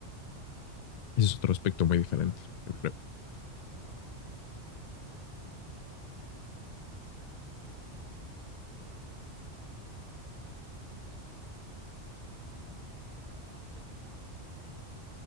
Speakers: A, on the right (about 30°); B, on the left (about 75°).
A: Ujú.
B: Ese es otro aspecto muy diferente, yo creo.
A: Sí, sí, sí. Oye, ahorita se me, se me hizo como igual una pregunta, o sea, hablando sobre la recopilación de datos de la inteligencia artificial, ¿tú crees que nosotros como personas nacemos conscientes